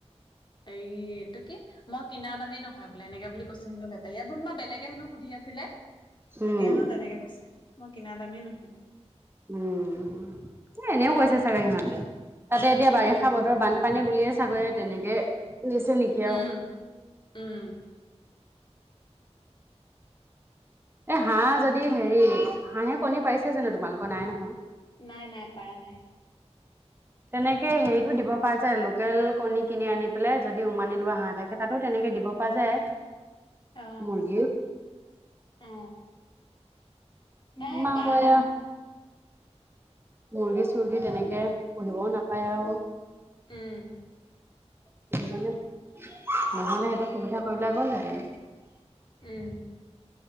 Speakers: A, on the left (about 40°); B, on the right (about 20°).
A: এই এইটো কি মই কিনাৰ দামেই নহয় বোলে এনেকে বুলি কৈছো হেনো বেপাৰীয়ে এইটো কিবা মই বেলেগ তেতিয়া হেনো সুধি আছিলে
B: উম।
A: তেতিয়া হেনো তেনেকে কৈছে মই কিনা দামেই নহয়।
B: উম এ এনেও কৈছে চাগে ইহঁতে। তাতে এতিয়া
A: এ
B: বাৰিষা
A: নাজানো
B: বতৰ বানপানী বুলিয়ে চাগে তেনেকে দিছে নেকি আৰু
A: উম উম।
B: এ হাঁহ যদি হেৰি হাঁহে কণী পাৰিছে জানো তোমালোকৰ নাই নহয়।
A: নাই নাই পাৰা নাই।
B: তেনেকে হেৰিতো দিব প যায় লোকেল কণী কিনি আনি পেলাই যদি উমানি লোৱা হাঁহ থাকে এটাতো তেনেকে দিব পৰা যায়।
A: অ
B: মুৰ্গীৰ
A: অ নাই
B: আমাৰ
A: তাৰ
B: আকৌ
A: পৰা
B: এয়া
A: নান
B: মুৰ্গী চৰ্গী তেনেকে কোনেও নাপায় আৰু
A: উম।
B: সেইটো কাৰণে নহলে সেইটো সুবিধা কৰিলে গ'লহেঁতেন।
A: উম